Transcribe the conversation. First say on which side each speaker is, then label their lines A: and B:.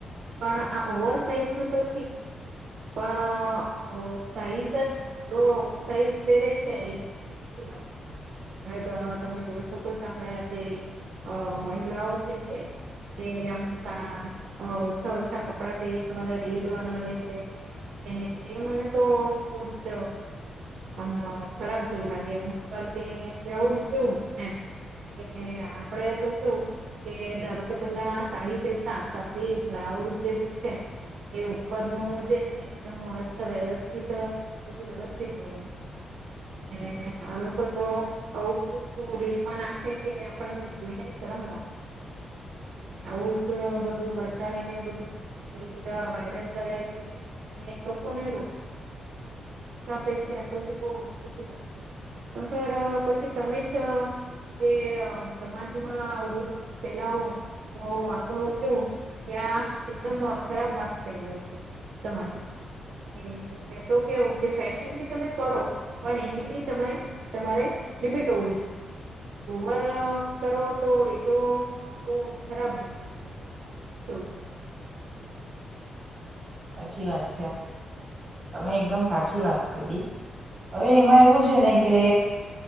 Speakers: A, on the right; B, on the right.
A: પણ આ ઓવર સાઇઝ ન તો ઠીક છે, પણ સાઈઝ જ લો સાઈઝ પેરે છે, એ બી વાત છે, તમે જોઈ શકો છો અણા જે અ મહિલાઓ છે, જે આમ અ ઓછા ઓછા કપડાં પહેરીને બધા રીલ બનાવે છે, ને એ મને તો બહ જ આમ ખરાબ જેવું લાગે હુંર કે કેવું એમ કે આપડે તો કેવું કે ધારો કે પેલા સાડી પહેરતા બી બ્લાઉઝ જે બી છે, એ ઉપરનું જે છે, એકદમ મસ્ત વ્યવસ્થિત બધું વ્યવસ્થિત હોય એ આ લોકો તો આવું બધું રીલમાં નાખે કે આપણેને જોઈને શરમ લાગે આવું જું બતાવીને બધું રીલ વાયરલ કરે છે, ને એ લોકોને લ આપે છે, આ તો બ ખી વાત છેર પછી તમે જ જે સમાજમાં આવ બધું ફેલાવો આ તો કેઉ કે આ એકદમ ખરાબ વાત થવાય છે તમારી સમાજમાં કે મે તો કેવું કે ફેશન બી તમે કરો પણ એની બી તમે તમારે મર્યાદા હો જોઈએ ઓવર કરો તો એ તો બહ ખરાબ દેખાય છે. <unintelligible>
B: સાચી વાત છે, તમે એકદમ સાચી વાત કધી હવે એમાં એવું છે, ને કે